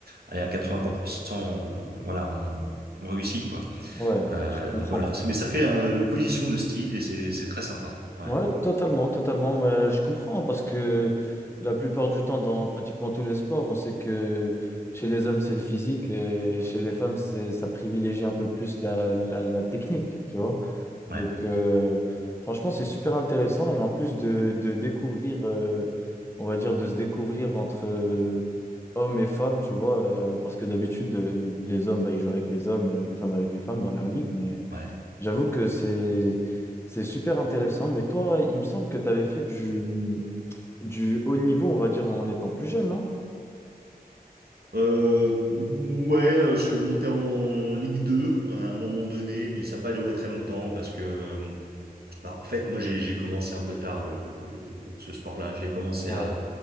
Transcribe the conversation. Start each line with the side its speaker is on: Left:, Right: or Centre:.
Right: allez, à 80%, on- voilà, on, on réussit, quoi.
Left: ouais.
Right: Euh,
Left: Je comprends.
Right: donc voilà, C'est- mais ça fait euh, une opposition de style et c'est c'est très sympa. Ouais,
Left: Ouais, totalement, totalement. Mais je comprends parce que la plupart du temps, dans pratiquement tous les sports, on sait que chez les hommes, c'est le physique et chez les femmes, c'est, ça privilégie un peu plus la, la, la technique, tu vois.
Right: ouais,
Left: Donc, euh, franchement, c'est super intéressant et en plus de, de découvrir, euh, on va dire, de se découvrir entre euh, hommes et femmes, tu vois, euh, parce que d'habitude, euh, les hommes, bah, ils jouent avec les hommes, euh, les femmes avec les femmes dans leur ligue, mais.
Right: ouais.
Left: J'avoue que c'est c'est super intéressant, mais toi, il me semble que tu avais fait du, du haut niveau, on va dire, en étant plus jeune, non?
Right: Euh, ouais, euh, je suis monté en Ligue 2 à un moment donné, mais ça n'a pas duré très longtemps parce que euh, Bah, en fait, moi, j'ai j'ai commencé un peu tard le, le- ce sport-là. J'ai commencé
Left: Ouais,
Right: à,